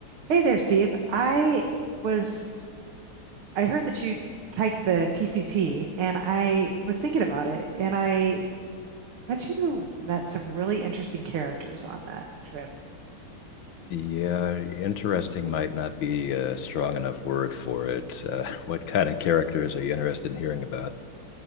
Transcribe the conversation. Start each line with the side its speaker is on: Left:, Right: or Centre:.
Right: Hey there, Steve. I was I heard that you hiked the PCT and I was thinking about it and I bet you met some really interesting characters on that trip.
Left: Yeah, interesting might not be a strong enough word for it. Uh, <laughs> what kind of characters are you interested in hearing about?